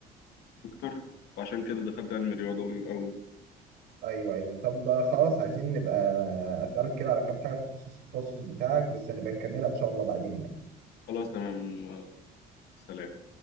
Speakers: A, on the left; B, on the right.
A: أكتر وعشان كده دخلت علم الرياضة من الأول
B: ايوه ايوه طب خلاص عايزين نبقى اسالك كده على كام حاجه في خصوص التخصص بتاعك بس هنبقى نكملها ان شاء الله بعدين يعني
A: خلاص تمام سلام